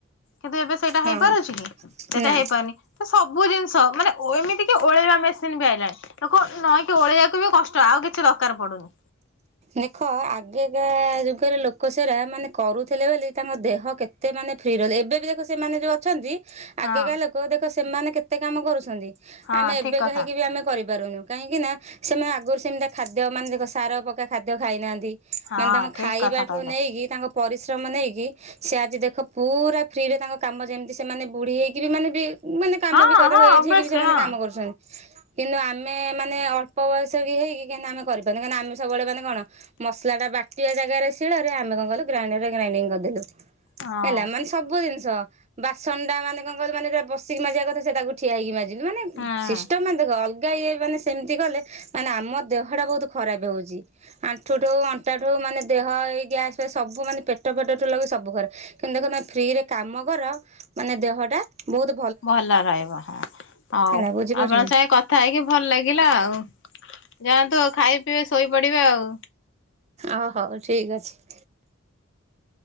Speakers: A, on the left (about 60°); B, on the right (about 30°).
A: କିନ୍ତୁ ଏବେ ସେଇଟା
B: ହଁ
A: ହେଇପାରୁଚି କି ସେଇଟା
B: ନା
A: ହେଇପାରୁନି। ତ ସବୁ ଜିନିଷ ମାନେ ଓ ଏମିତି କି ଓଳେଇବା ମେସିନ ବି ଆଇଲାଣି। ଲୋକ ନଇଁକି ଓଳେଇବାକୁ ବି କଷ୍ଟ ଆଉ କିଛି ଦରକାର ପଡୁନି।
B: ଦେଖ ଆଗେକା ଯୁଗରେ ଲୋକ ସେରା ମାନେ କରୁଥିଲେ ବୋଲି ତାଙ୍କ ଦେହ କେ ତେ ମାନେେ ଫ୍ରି ରହିଲେ ଏବେ ବି ଦେଖ ସେମାନେ ଯୋଉ ଅଛନ୍ତି
A: ହଁ
B: ଆଗେକା ଲୋକ ଦେଖ ସେମାନେ କେତେ କାମ କରୁଛନ୍ତି
A: ହଁ
B: ଆମେ
A: ଠିକ
B: ଏବେକା
A: କଥା
B: ହେଇକି ବି ଆମେ କରିପାରୁନୁ। କାହିଁକିନା ସେମାନେ ଆଗରୁ ସେମିତିଆ ଖାଦ୍ୟ ମାନେ ଦେଖ ସାର ପକା ଖାଦ୍ୟ ଖାଇନାହାନ୍ତି
A: ହଁ
B: ମାନେ ତାଙ୍କ
A: ଠିକ
B: ଖାଇବାଠୁ
A: କଥା କହିଲେ।
B: ନେଇକି ତାଙ୍କ ପରିଶ୍ରମ ନେଇକି ସେ ଆଜି ଦେଖ ପୁରା ଫ୍ରିରେ ତାଙ୍କ କାମ ଯେମତି ସେମାନେ ବୁଢୀ ହେଇକି ବି ମାନେ ବି ମାନେ କାମ
A: ହଁ
B: ବି କ ତାଙ୍କ
A: ହଁ
B: ଏଜ
A: ଅଭିଅସଲି
B: ହେଇକି ବି ସେମାନେ
A: ହଁ
B: କାମ କରୁଛନ୍ତି କିନ୍ତୁ ଆମେ ମାନେ ଅ ଳ୍ପ ବୟସ ବି ହେଇକି କିନ୍ତୁ ଆମେ କରିପାରୁନେ କାଁଇକି ନା ଆମେ ସବୁବେଳେ ମାନେ କଣ ମସଲାଟା ବାଟିବା ଜାଗାରେ ଶିଳରେ ଆମେ କଣ କଲୁ ଗ୍ରାଇଣ୍ଡରରେ ଗ୍ରାଇଡିଂ କରିଦେଲୁ।
A: ହଁ
B: ହେଲା ମାନେ ସବୁ ଜିନିଷ ବାସନଟା ମାନେ କଣ କହିଲ ମାନେ ଏଟା ବସିକି ମାଜିବା କଥା ସେ ତାକୁ ଠିଆ ହେଇକି ମା ଜିଲୁ ମାନେ
A: ହୁଁ
B: ସିଷ୍ଟମ ମାନେ ଦେଖ ଅଲଗା ଇଏ ମାନେ ସେମତି କଲେ ମାନେ ଆମ ଦେହଟା ବୋହୁତୁ ଖରାପ ହୋଉଚ ଆଣ୍ଠୁଠୁ ଅଣ୍ଟାଠୁ ମାନେ ଦେହ ଏଇ ଗ୍ୟାସ ଫ୍ୟାସ୍ ସବୁ ମାନେ ପେଟ ଫେଟଠୁ ଲାଗେଇ ସବୁ ଘରେ କିନ୍ତୁ ଦେଖ ତମେ ଫ୍ରିରେ କାମ କର ମାନେ ଦେହଟା ବହୁତ୍
A: ଭଲ ରହିବ ହଁ ହଉ
B: ହେଲା ବୁଝିପାରୁଛନ୍ତି
A: ଆପଣଙ୍କ ସାଙ୍ଗେ କ ଥାଇକି ଭଲ ଲାଗିଲା ଆଉ ଯାଆନ୍ତୁ ଆଉ ଖାଇ ପିଇ ଶୋଇପଡିବେ ଆଉ।
B: ଓ ହଉ ଠିକ୍ ଅଛି।